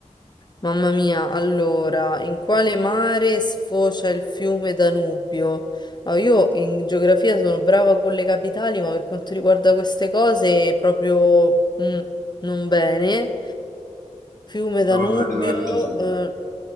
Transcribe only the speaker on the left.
Mamma mia, allora, in quale mare sfocia il fiume Danubio? Ah, io in geografia sono brava con le capitali, ma per quanto riguarda queste cose proprio mm, non bene. Fiume Danubio,
eh,